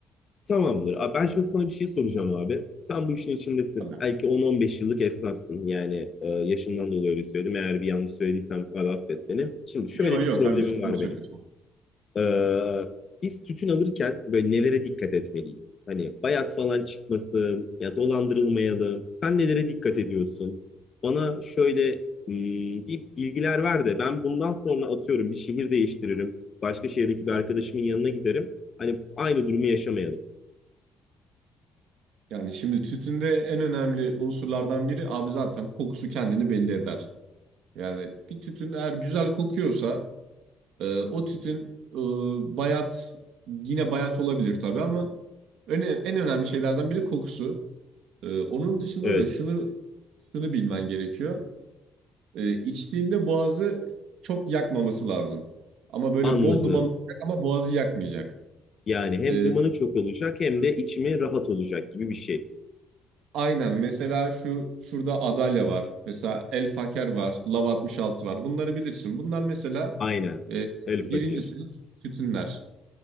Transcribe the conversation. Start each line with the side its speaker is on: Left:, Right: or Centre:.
Left: Tamamdır. Abi ben şimdi sana bir şey soracağım abi. Sen bu işin içindesin.
Right: Tabii.
Left: Belki 10-15 yıllık esnafsın. Yani e, yaşından dolayı öyle söyledim. Eğer bir yanlış söylediysem abi affet beni. Şimdi şöyle
Right: Yo yo
Left: bir problemim
Right: kardeşim
Left: var
Right: doğru söylüyorsun.
Left: benim. Ee, biz tütün alırken böyle nelere dikkat etmeliyiz? Hani bayat falan çıkmasın ya dolandırılmayalım. Sen nelere dikkat ediyorsun? Bana şöyle hmm, bir bilgiler ver de ben bundan sonra atıyorum bir şehir değiştiririm. Başka şehirdeki bir arkadaşımın yanına giderim. Hani aynı durumu yaşamayalım.
Right: Yani şimdi tütünde en önemli unsurlardan biri abi zaten kokusu kendini belli eder. Yani bir tütün eğer güzel kokuyorsa e, o tütün e, bayat yine bayat olabilir tabii ama en, en önemli şeylerden biri kokusu. E, onun dışında
Left: Evet.
Right: da şunu şunu bilmen gerekiyor. Ee, içtiğinde boğazı çok yakmaması lazım. Ama böyle
Left: Anladım.
Right: bol duman olacak ama boğazı yakmayacak.
Left: Yani hem
Right: Ee,
Left: dumanı çok olacak hem de içimi rahat olacak gibi bir şey.
Right: aynen mesela şu şurada Adalya var. Mesela El Faker var. Lav 66 var. Bunları bilirsin. Bunlar mesela
Left: Aynen.
Right: e,
Left: El
Right: birinci
Left: fakir.
Right: sınıf tütünler.